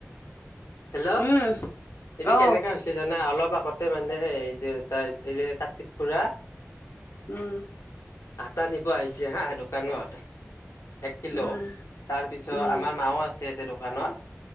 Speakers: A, on the left (about 85°); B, on the left (about 55°).
A: হেল্ল'
B: উম
A: এইটো
B: অহ
A: কেনেকা হৈছে জানা অলপ পাকতে মানে এই যে তাৰ এই যে কাটিক খুৰা
B: উম।
A: আটা নিব আহিছে হা দোকানত। এক কিলো,
B: উম
A: তাৰপিছত
B: উম
A: আমাৰ মাও আছে, তেনেকা ন।